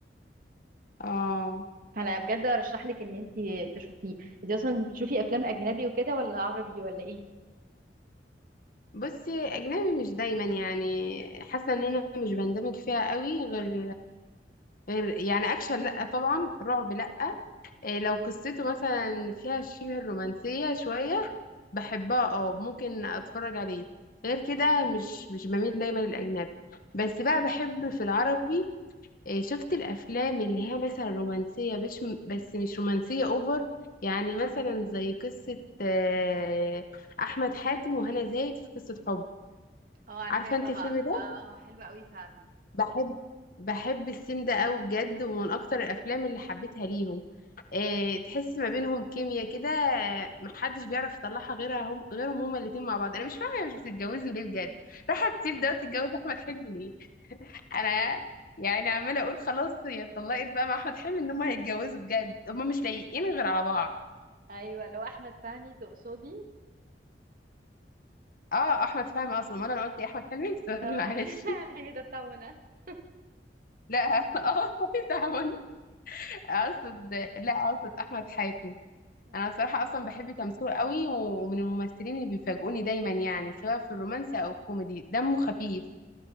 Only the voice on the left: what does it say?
اه
بصي اجنبي مش دايما يعني حاسه ان انا مش بندمج فيها قوي غير غير يعني اكشن لا طبعا رعب لا إيه لو قصته مثلا فيها شبه الرومانسية شوية بحبها اه ممكن اتفرج عليه غير كده مش مش بميل دايما للأجنبي بس بقى بحب في العربي إيه شفت الأفلام اللي هي مثلا رومانسية بش بس مش رومانسية اوفر يعني مثلا زي قصة آه، أحمد حاتم وهنا زايد في قصة حب
عارفة انت
الفيلم ده
بحب بحب السيم ده قوي بجد ومن اكتر الافلام اللي حبيتها ليهم آه، تحس ما بينهم كيمياء كده آه، محدش بيعرف يطلعها غيرها هم غيرهم هما الاتنين مع بعض انا مش فاهمه هي مش بتتجوزوا ليه بجد راحه تسيب ده
وتتجوز احمد حلمي ليه انا يعني عماله اقول خلاص هي اتطلقت بقى مع احمد حلمي ان هما هيتجوزوا بجد هما مش لايقين غير على بعض
اه احمد فهمي اصلا ما انا أنا قلت إيه، احمد حلمي <laughs> سوري
معلش
لا <laughs> اه صحيح، تعاون اقصد لا اقصد احمد حاتم
انا بصراحه اصلا بحب تمثيل قوي ومن الممثلين اللي بيفاجئوني دايما يعني سواء في الرومانسي او الكوميدي دمه خفيف